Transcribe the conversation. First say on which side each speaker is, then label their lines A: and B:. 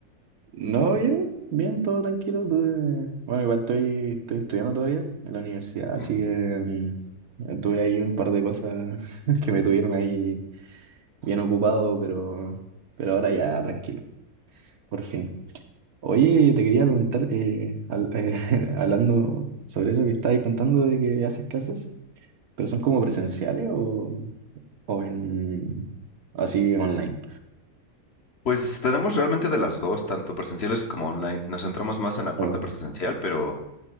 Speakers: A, on the right; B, on the left.
A: No, bien, bien, todo tranquilo. tuve- Bueno, igual estoy, estoy estudiando todavía en la universidad, así
B: Mm.
A: que mm, tuve ahí un par de cosas <laughs> que me tuvieron ahí bien ocupado, pero, pero ahora ya tranquilo, por fin. Oye, te quería preguntar, eh, al- eh, <laughs> hablando sobre eso que estabas contando de que haces clases, pero son como presenciales o, o en así online.
B: Pues tenemos realmente de las dos, tanto presenciales como online. Nos centramos más en la parte
A: Ah,
B: presencial, pero